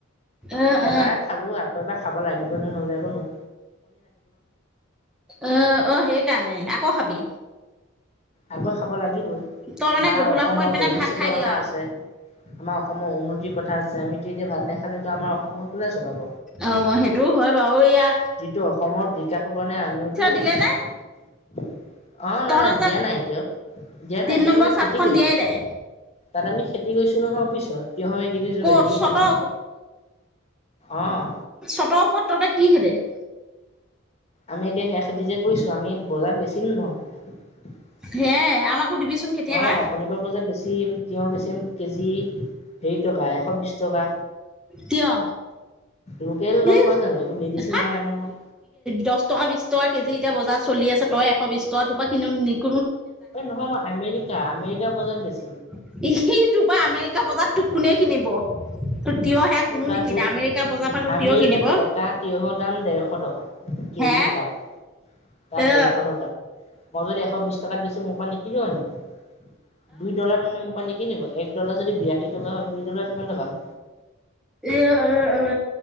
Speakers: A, in the centre; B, on the left (about 30°).
A: অ
B: এবাৰ
A: অ
B: খালোঁ, আকৌ এবাৰ খাব লাগিব নহয় নহ'লে আকৌ নো
A: অ', অ', হেইকাৰণে আক <unintelligible> খাবি
B: আকৌ খাব লাগ লাগিবই,
A: তই মানে
B: আমাৰ
A: গধূলা
B: অসমৰ
A: সময়ত মানে
B: ভৱিষ্যতৰ
A: ভাত খাই
B: কথা
A: দিয়
B: আছে, আমাৰ অসমৰ উন্নতিৰ কথা আছে, আমিতো এতিয়া ভাত নেখা <unintelligible> আমাৰ অসমখন কোনে চলাব
A: অ', সেইটোও হয়, বাৰু ইয়া
B: যিটো অসমৰ বিকাশৰ কাৰণে আমিয়োতো অ',
A: দিলে নে তহঁতৰ
B: নাই, নাই
A: যে
B: দিয়া নাই এতিয়াও, দিয়া
A: তিন
B: নাই এতিয়া
A: নম্বৰ
B: আমি তাত
A: চাটখন
B: খেতি কৰিম।
A: দিয়াই নাই
B: তাত আমি খেতি কৰিছোঁ নহয়, বুইছ। তিয়ঁহৰ খেতি কৰিছোঁ,
A: ক'ত
B: ভেন্দি খেতি
A: চটৰ
B: কৰিছোঁ। অ'।
A: চতৰ ওপৰত তহঁতে <unintelligible>
B: আমি এতিয়া সেইয়া যে, কৰিছোঁ আমি বজাৰত বেছিম ন <unintelligible>
A: হে আমাকো দিবিচোন কেতিয়াবা
B: শনিবাৰ বজাৰত বেছিম, তিয়ঁহ বেছি <unintelligible> কেজি হেৰি টকা এশ বিশ টকা
A: কিয়?
B: লোকেল
A: <unintelligible>
B: নহয় জানো একো মেডিচিন মাৰা নাই নহয়।
A: দচ টকা, বিচ টকা কেজি এতিয়া বজাৰ চলি আছে তই এশ বিশ টকা তোপা কিনিও <unintelligible>
B: এই নহয় মই আমেৰিকা, আমে <unintelligible>
A: তোৰ পৰা আমেৰিকা বজা তোক কোনে কিনিব? তোৰ তিয়হ হে
B: মোৰ
A: কোনো
B: তাত
A: নিকিনে
B: <unintelligible>
A: আমেৰিকা বজাৰ পৰা তোৰ
B: আমেৰিকাত
A: তিয়হ কিনিব
B: এটা তিঁয়হৰ দাম দেৰশ টকা। কেজি
A: হে
B: তাত, তাত
A: অ
B: দেৰশ টকা মই যদি এশ শ, বিছ টকাত বেচোঁ মোৰ পৰা নিকিনিব নেকি? দুই ডলাৰ মানে মোবাইলে <unintelligible> কি নিব এক ডলাৰ যদি বিৰাশী টকা হয়, দুই ডলাৰ কিমান টকা হয়।
A: এয়া অহ ',- অহ